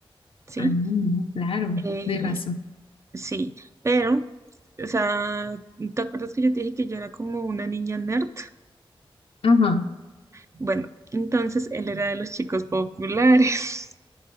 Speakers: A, on the right; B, on the left.
A: ¿sí?
B: ah, no, claro,
A: Eh,
B: de razón.
A: sí, pero O sea, ¿te acuerdas que yo te dije que yo era como una niña nerd?
B: Ajá,
A: Bueno, entonces él era de los chicos populares.